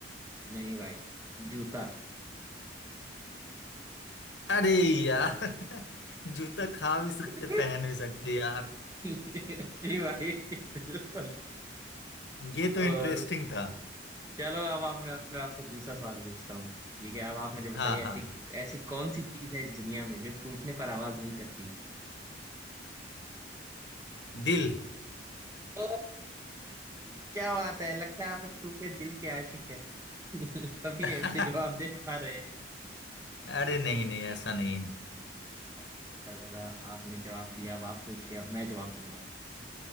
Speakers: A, on the right; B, on the left.
A: नहीं भाई जूता
B: अरे यार <laughs> जूता खा भी सकते
A: <laughs>
B: पहन भी सकते यार
A: जी भाई बिल्कुल
B: ये
A: और
B: तो इंटरेस्टिंग था
A: चलो अब आप मैं आपसे आपसे दूसरा सवाल पूछता हूँ ठीक है अब आप मुझे बताइए
B: हाँ
A: ऐसी
B: हाँ
A: ऐसी कौन सी चीज है इस दुनिया में जो टूटने पर आवाज नहीं करती
B: दिल
A: ओ क्या बात है लगता है आप एक टूटे दिल के आशिक है <laughs> तभी
B: <laughs>
A: ऐसे जवाब दे पा रहे हैं।
B: अरे नहीं
A: तो
B: नहीं ऐसा नहीं है
A: बहुत ही अच्छा लगा आपने जवाब दिया अब आप पूछिए अब मैं जवाब दूंगा